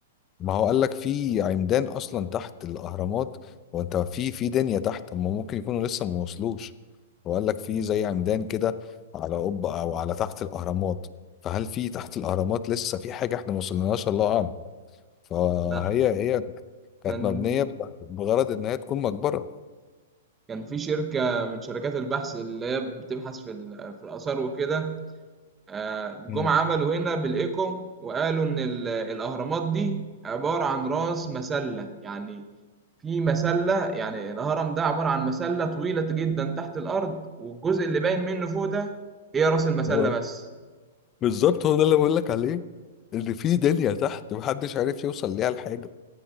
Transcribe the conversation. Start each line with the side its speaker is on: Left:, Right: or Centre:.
Left: ما هو قال لك في عمدان اصلا تحت الاهرامات وانت في في دنيا تحت هم ممكن يكونوا لسه ما وصلوش وقال لك في زي عمدان كده على قبة او على تحت الاهرامات فهل في تحت الاهرامات لسه في حاجه احنا ما وصلناش الله اعلم فهي
Right: لا
Left: هي كانت
Right: كان
Left: مبنيه ب- بغرض ان هي تكون مقبره
Right: كان في شركة من شركات البحث اللي هي بتبحث في ال- في الآثار وكده آه، جم
Left: مم.
Right: عملوا هنا بالإيكو وقالوا إن ال- الأهرامات دي عبارة عن رأس مسلة يعني في مسلة يعني الهرم ده عبارة عن مسلة طويلة جدا تحت الأرض والجزء اللي باين منه فوق ده هي رأس المسلة
Left: اه
Right: بس
Left: بالظبط هو ده اللي بقول لك عليه ان في دنيا تحت محدش عارف يوصل ليها لحاجه